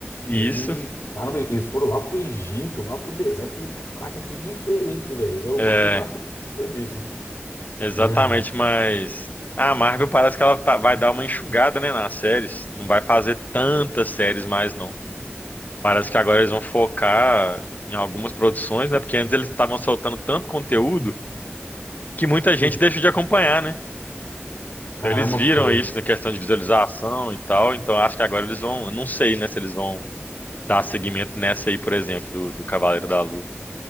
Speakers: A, on the left; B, on the left.
A: Isso,
B: E caramba, eles foram lá pro Egito, lá pro deserto. Eu Falei, caraca, que diferente, velho. Eu
A: é,
B: gostei bastante disso,
A: exatamente,
B: né? Ah,
A: mas a Marvel parece que ela tá- vai dar uma enxugada, né, nas séries. Não vai fazer tantas séries mais, não. Parece que agora eles vão focar em algumas produções, né? Porque antes eles estavam soltando tanto conteúdo que muita
B: Sim,
A: gente deixou de acompanhar, né?
B: caramba,
A: Então eles viram
B: foi.
A: isso na questão de visualização e tal. Então acho que agora eles vão. Não sei, né? Se eles vão dar seguimento nessa aí, por exemplo, do, do Cavaleiro da Lua.